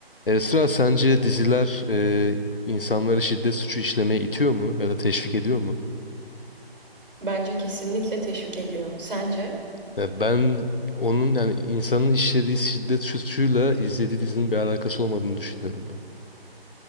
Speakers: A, on the left; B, on the right.
A: Esra sence diziler e, insanları şiddet suçu işlemeye itiyor mu ya da teşvik ediyor mu?
B: Bence kesinlikle teşvik ediyor. Sence?
A: Ya ben onun yani insanın işlediği şiddet suçuyla izlediği dizinin bir alakası olmadığını düşünüyorum ben.